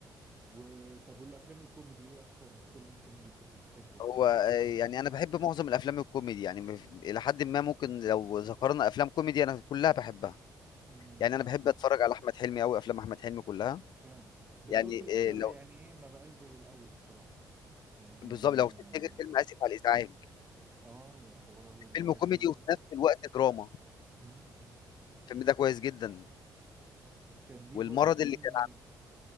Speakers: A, on the right; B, on the left.
A: وطب والافلام الكوميدي ايه اكتر فيلم كوميدي كنت بتحبه في
B: هو
A: ال
B: آه، يعني انا بحب معظم الافلام الكوميدي يعني مف- الى حد ما ممكن لو ذكرنا افلام كوميدي انا كلها بحبها
A: امم
B: يعني انا بحب اتفرج على احمد حلمي قوي افلام احمد حلمي كلها
A: فعلا بس
B: يعني
A: هو في الاخر
B: آه، لو
A: يعني ايه ما بقاش زي الاول بصراحه يعني
B: بالظبط
A: ما
B: لو تفتكر فيلم اسف على الازعاج
A: اه يا خبر ابيض
B: الفيلم
A: ده كانت
B: كوميدي
A: ال...
B: وفي نفس الوقت دراما
A: امم
B: الفيلم ده كويس جدا
A: وكان ليه
B: والمرض
A: برضو الفيلم
B: اللي كان
A: ال...